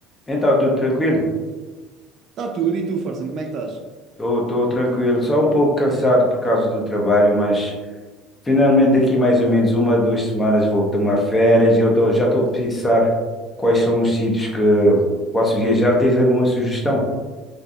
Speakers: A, on the left; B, on the right.
A: Então, tudo tranquilo?
B: Está tudo, e tu, Forson, como é que estás?
A: Estou tranquilo, só um pouco cansado por causa do trabalho, mas finalmente daqui mais ou menos uma, duas semanas vou tomar férias. Eu tô, já estou a pensar quais são os sítios que posso viajar. Tens alguma sugestão?